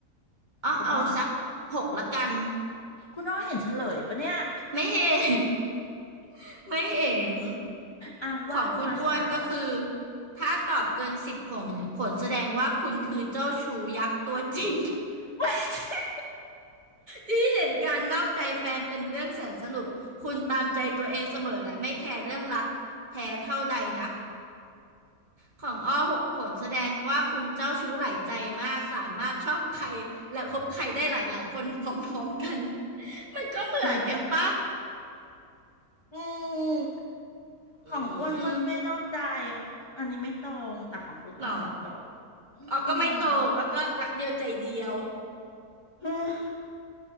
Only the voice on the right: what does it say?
อ๋อเอาสักหกละกัน
ไม่เห็น <laughs> ไม่เห็น
ของคุณอ้วนก็คือถ้าตอบเกินสิบผลผลแสดงว่าคุณคือเจ้าชู้ยักษ์ตัวจริง
ที่เห็นการนอกใจแฟนเป็นเรื่องแสนสนุก คุณตามใจตัวเองเสมอและไม่แคร์เรื่องรักแท้เท่าใดนักของอ้อหกผลแสดงว่าคุณเจ้าชู้หลายใจมากสามารถชอบใครและคบใครได้หลายหลายคนพร้อมๆกัน มันก็เหมือนกันปะ
อื
ม
หรออ้อก็ไม่ตรงอ้อก็รักเดียวใจเดียว